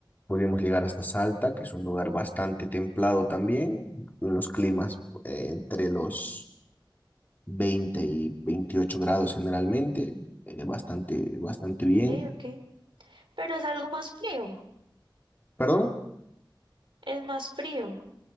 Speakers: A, on the left; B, on the right.
A: pudimos llegar hasta Salta, que es un lugar bastante templado también, unos climas eh, entre los 20 y 28 grados generalmente, eh, bastante, bastante bien.
B: ok. Pero es algo más frío,
A: ¿Perdón?
B: es más frío.